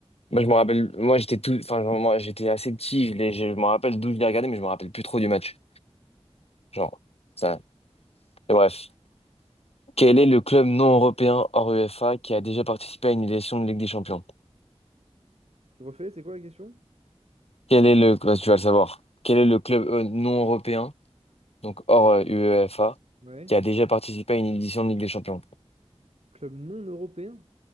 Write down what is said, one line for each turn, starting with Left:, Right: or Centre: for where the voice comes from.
Left: Moi, je me rappelle, moi, j'étais tout, enfin, genre, moi, j'étais assez petit, je l'ai- je me rappelle d'où je l'ai regardé, mais je me rappelle plus trop du match. Genre, ça. Et bref. Quel est le club non européen hors UEFA qui a déjà participé à une édition de Ligue des Champions?
Right: Tu refais, c'est quoi la question?
Left: Quel est le, bah, tu vas le savoir. Quel est le club euh, non européen, donc hors euh, UEFA,
Right: Ouais.
Left: qui a déjà participé à une édition de Ligue des Champions?
Right: Club non européen